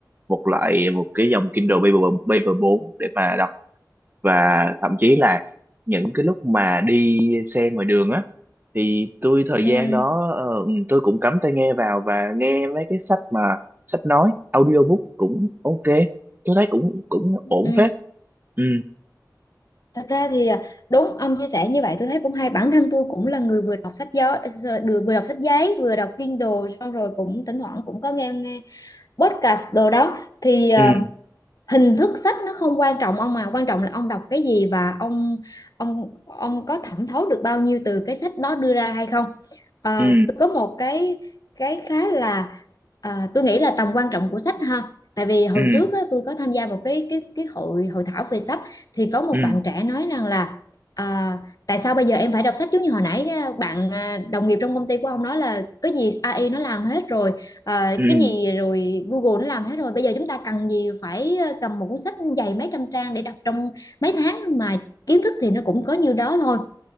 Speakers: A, on the right (about 30°); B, on the left (about 60°).
A: một loại một cái dòng Kindle Paper Paper 4 để mà đọc và thậm chí là những cái lúc mà đi xe ngoài đường á thì tôi thời
B: ừ
A: gian đó ờ, ừ, tôi cũng cắm tai nghe vào và nghe mấy cái sách mà sách nói audiobook cũng ok tôi thấy cũng cũng
B: ừ
A: ổn phết ừ
B: thật ra thì à, đúng ông chia sẻ như vậy tôi thấy cũng hay bản thân tôi cũng là người vừa đọc sách gió vừa vừa đọc sách giấy vừa đọc Kindle xong rồi cũng thỉnh thoảng cũng có nghe nghe podcast đồ đó thì ờ,
A: ừ
B: hình thức sách nó không quan trọng ông mà quan trọng là ông đọc cái gì và ông ông ông có thẩm thấu được bao nhiêu từ cái sách đó đưa ra hay không Ờ,
A: ừ
B: tôi có một cái cái khá là à, tôi nghĩ là tầm quan trọng của sách ha tại vì hồi
A: ừ
B: trước á, tôi có tham gia một cái cái cái hội hội thảo về sách thì có một
A: ừ
B: bạn trẻ nói rằng là à, tại sao bây giờ em phải đọc sách giống như hồi nãy bạn à, đồng nghiệp trong công ty của ông nói là cái gì AI nó làm hết rồi Ờ,
A: ừ
B: cái gì rồi Google nó làm hết rồi bây giờ chúng ta cần gì phải ờ, cầm một cuốn sách dày mấy trăm trang để đọc trong mấy tháng mà kiến thức thì nó cũng có nhiêu đó thôi